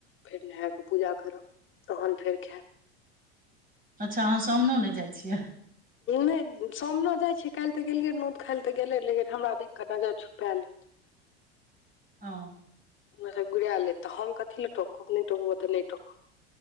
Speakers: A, on the left (about 40°); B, on the right (about 25°).
A: फेर नहा कऽ पूजा करब तहन फेर खायब
B: अच्छा अहाँ सामनो नहि जाइ छियै
A: नहि सामने जाइ छी काल्हि तऽ गेलियै न ओतऽ काल्हि तऽ गेलै लेकिन हमरा देखिकऽ नजर झुक पे लेत
B: ओ
A: नजर गिरा लेत तऽ हम कथी ल टोकब नै टोकब तऽ नै टोक